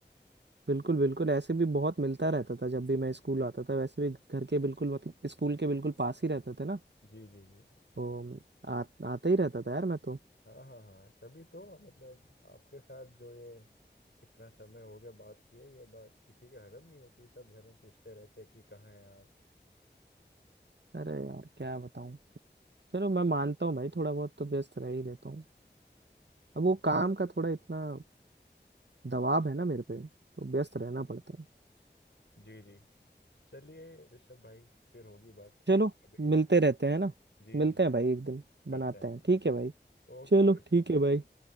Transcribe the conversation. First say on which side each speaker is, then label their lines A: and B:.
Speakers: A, on the right; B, on the left.
A: बिल्कुल बिल्कुल ऐसे भी बहुत मिलता रहता था जब भी मैं स्कूल आता था वैसे भी घर के बिल्कुल मतलब स्कूल के बिल्कुल पास ही रहते थे ना
B: जी जी जी जी जी।
A: तो आ, आता ही रहता था यार मैं तो
B: हाँ हाँ हाँ तभी तो मतलब आपके साथ जो ये इतना समय हो गया बात किए ये बात किसी के हजम नहीं होती सब घर में पूछते रहते हैं कि कहाँ हैं आप
A: अरे यार क्या बताऊं चलो मैं मानता हूँ भाई थोड़ा बहुत तो व्यस्त रह ही लेता हूँ अब वो हाँ काम का थोड़ा इतना दबाव है ना मेरे पे तो व्यस्त रहना पड़ता है
B: जी जी चलिए ऋषभ भाई फिर होगी बात
A: चलो
B: अभी
A: मिलते रहते हैं ना
B: जी
A: मिलते
B: जी जी
A: हैं भाई एक दिन
B: करते
A: बनाते
B: हैं
A: हैं
B: बात
A: ठीक है भाई
B: ओके
A: चलो
B: ऋषभ
A: ठीक है भाई